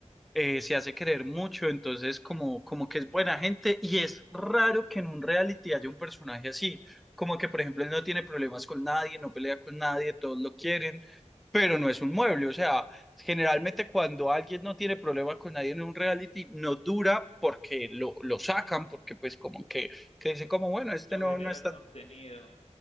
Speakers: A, in the centre; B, on the left.
A: eh, se hace querer mucho, entonces como, como que es buena gente y es raro que en un reality haya un personaje así, como que por ejemplo él no tiene problemas con nadie, no pelea con nadie, todos lo quieren, pero no es un mueble, o sea, generalmente cuando alguien no tiene problemas con nadie en un reality, no dura porque lo, lo sacan, porque pues como que, que dicen como, bueno, este
B: No
A: no,
B: genera
A: no es tan...
B: contenido.